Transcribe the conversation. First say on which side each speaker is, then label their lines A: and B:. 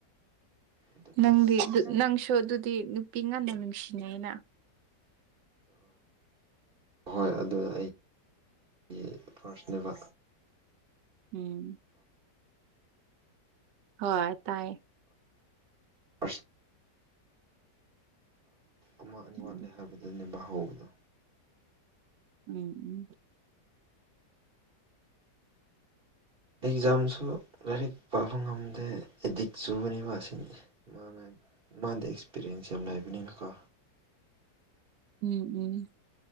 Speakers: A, on the right; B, on the right.
A: ꯑꯗ
B: ꯅꯪꯗꯤ
A: ꯑꯁ
B: ꯅꯪꯁꯨ ꯑꯗꯨꯗꯤ ꯅꯨꯄꯤ ꯉꯟꯅ ꯅꯨꯡꯁꯤꯅꯩꯩꯅ
A: ꯑ ꯍꯣꯏ ꯑꯗꯨ ꯑꯩ ꯑꯩ ꯐꯥꯔꯁꯅꯦꯕ
B: ꯎꯝ ꯍꯣꯏ ꯑ ꯇꯥꯏ
A: ꯑꯁ ꯑꯃ ꯑꯅꯤ
B: ꯎꯝ
A: ꯋꯥꯠꯂꯦ ꯍꯥꯏꯕꯗꯨꯅꯦꯕ ꯍꯧꯕꯗꯣ
B: ꯎꯝ ꯎꯝ
A: ꯑꯦꯛꯖꯥꯝꯁꯨ ꯂꯥꯏꯔꯤꯛ ꯄꯥꯕ ꯉꯝꯗꯦ ꯑꯦꯗꯤꯛ ꯆꯨꯕꯅꯦꯕ ꯑꯁꯤꯅꯤ ꯃꯥ ꯃꯥꯗ ꯑꯦꯛꯁꯄꯤꯔꯤꯌꯦꯟꯁ ꯌꯥꯝ ꯂꯩꯕꯅꯤꯅꯀꯣ
B: ꯎꯝ ꯎꯝ